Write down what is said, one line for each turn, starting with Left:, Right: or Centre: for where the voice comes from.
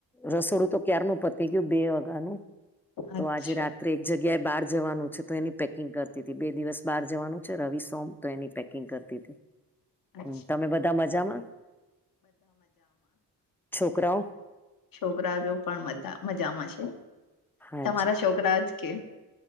Centre: રસોડું તો ક્યારનું પતી ગયું બે <unintelligible> તો
Left: અચ્છા
Centre: આજે રાત્રે એક જગ્યાએ બહાર જવાનું છે, તો એની પેકિંગ કર. બે દિવસ બહાર જવાનું છે, રવિ સોમ તો એની પેકિંગ કરતી હતી.
Left: અચ્છા
Centre: હમ તમે બધા મજામાં છોકરાઓ.
Left: છોકરાજો પણા મજામાંશે
Centre: હાજી
Left: તમારા છોકરાજ કે.